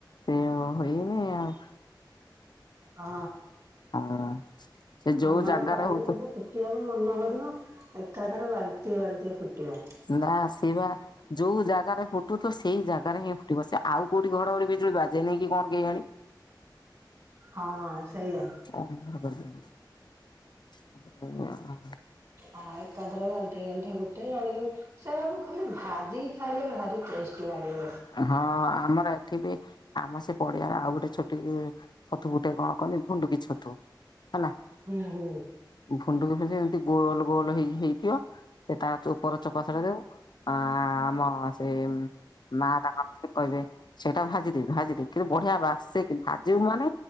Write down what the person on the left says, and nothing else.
ସେ ହୋଇନି ଆଉ
ଆଉ ସେ ଯୋଉ
ଜାଗାରେ
ହଉଥିବ
ନା ଆସିବା ଯୋଉ ଜାଗାରେ ଫୁଟୁଥିବ ସେଇ ଜାଗାରେ ହିଁ ଫୁଟିବ ସେ ଆଉ କୋଉଠି ଘଡଘଡି ବିଜୁଳି ବାଜେ ନିକି କଣ କେଜାଣି?
<inaudible>
ହଁ ଆମର ଏଠି ବି ଆମ ସେ ପଡିଆର ଆଉ ଗୋଟେ ଛୋଟି ବି ଛତୁ ଗୁଟେ କଣ କହନି ଭୁଣ୍ଡୁକି ଛତୁ ହେଲା।
ଫୁଣ୍ଡୁକି ଭୁଜି ଏମିତି ଗୋଲ ଗୋଲ ହେଇକି ହେଇଥିବ। ସେ ତା ଉପର ଚୋପା ଛଡେଇଦେବ ଆ ଆମ ସେ ମା ତାଙ୍କର କହିବେ ସେଇଟା ଭାଜିଦେ ଭାଜିଦେ କିନ୍ତୁ ବଢିଆ ବାସେ କି ଭାଜିବୁ ମାନେ